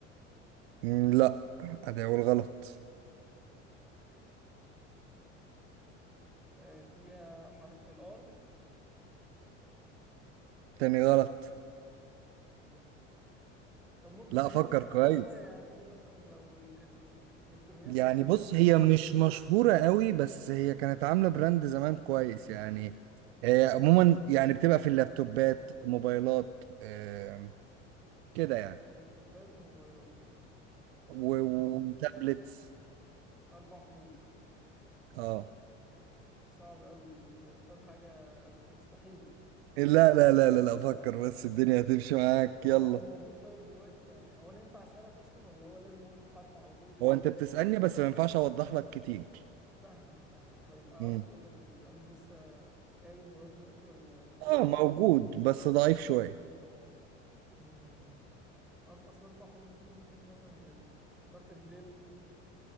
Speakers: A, on the right; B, in the centre.
A: مم، لا أدي أول غلط
B: آه فيها حرف الار
A: تاني غلط
B: ايه ده طيب طب ممكن
A: لا
B: سهل
A: فكر
B: لي كاتيجوري
A: كويس
B: شويه يعني قول لي مثلا لو الكت... الالكترونيات
A: يعني
B: اصل في
A: بص
B: حاجات كتير
A: هي مش مشهورة قوي بس هي كانت عاملة براند زمان كويس يعني آه عموما يعني بتبقى في اللابتوبات موبايلات آه كده يعني
B: لابتوبات وموبايلات آه
A: و- وتابلتس
B: اربع حروف
A: اه
B: صعب قوي دي انت اختار حاجه <laughs> مستحيله
A: لا لا لا لا لا فكر بس الدنيا هتمشي معاك
B: هو
A: يلا
B: هو موجود طيب دلوقتي يعني هو انا ينفع اسالك اصلا ولا هو لازم اقول الحرف على طول كده
A: هو انت
B: وخلاص
A: بتسألني بس ما ينفعش اوضح لك كتير
B: فاهمك فاهمك طيب اقصد
A: مم.
B: اقول لك البراند لسه قايم لغايه دلوقتي ولا انتهى
A: اه موجود بس ضعيف شوية
B: امم اربع اصل اربع حروف دي مفيش مثلا غير فكرت في دل